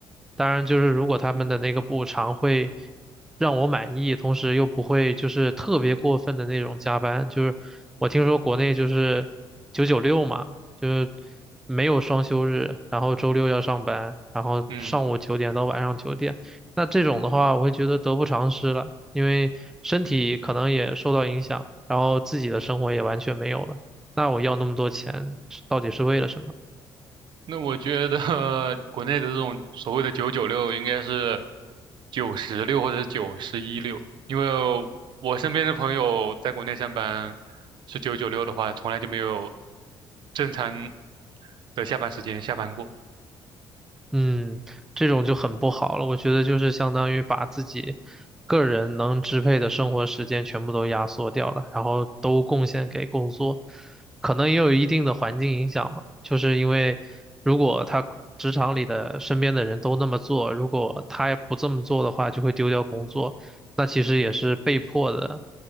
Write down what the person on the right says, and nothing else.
嗯。
那我觉得 <laughs> 国内的这种所谓的九九六应该是九十六或者是九十一六，因为我身边的朋友在国内上班是九九六的话，从来就没有正常的下班时间下班过。